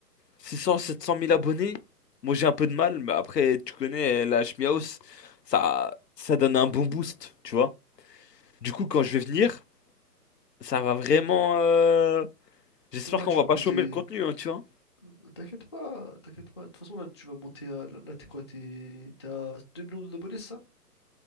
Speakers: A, on the left; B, on the left.
A: 600, 700 000 abonnés. Moi, j'ai un peu de mal, mais après, tu connais euh, la Schmiaus, ça, ça donne un bon boost, tu vois. Du coup, quand je vais venir, ça va vraiment. euh, J'espère
B: Ouais,
A: qu'on
B: tu
A: va
B: vas
A: pas
B: monter.
A: chômer le contenu, hein, tu vois.
B: euh, T'inquiète pas, t'inquiète pas. De toute façon, là, tu vas monter à. Là, là, t'es quoi? T'es t'es à 2 millions d'abonnés, c'est ça?